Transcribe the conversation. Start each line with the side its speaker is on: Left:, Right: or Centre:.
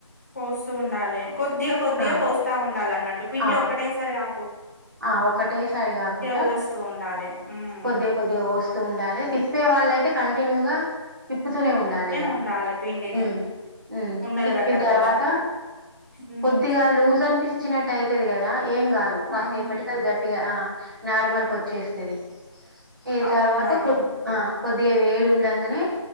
Left: పోస్తూ ఉండాలె కొద్దిగా కొద్దిగా
Right: ఆ!
Left: పోస్తా ఉండాలన్నట్టు పిండి
Right: ఆ!
Left: ఒకటేసారి కా
Right: ఆ ఒకటేసారి కాకుండా
Left: పోస్తూ ఉండాలి ఉమ్
Right: కొద్దిగా కొద్దిగా వోస్తు తున్ వుండాలి తిప్పే వాళ్ళయితే కలు తినవుగా తిప్పుతూనే ఉండాలి ఇగా
Left: ఉండాలి పిండిని
Right: ఉమ్ ఉమ్
Left: ఉండలు
Right: తిప్పిన
Left: కట్టకుండా
Right: తర్వాత
Left: ఉమ్
Right: కొద్దిగా లూజ్ అనిపిస్తే చ్చినట్టు అయితది కదా ఏం కాదు కాసేపటికి
Left: అవును
Right: అది గట్టిగా ఆ నార్మల్ కోచ్చేస్తది. ఈ
Left: అవునా
Right: తర్వాత కొద్ <inaudible> ఆ కొద్దిగా వేడి ఉండగనే